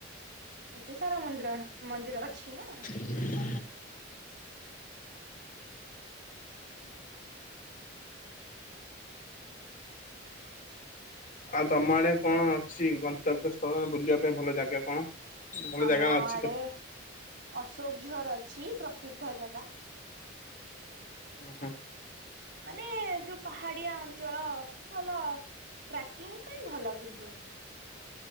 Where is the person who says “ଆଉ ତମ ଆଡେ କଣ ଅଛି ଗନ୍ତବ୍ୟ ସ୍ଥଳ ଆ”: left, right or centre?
Left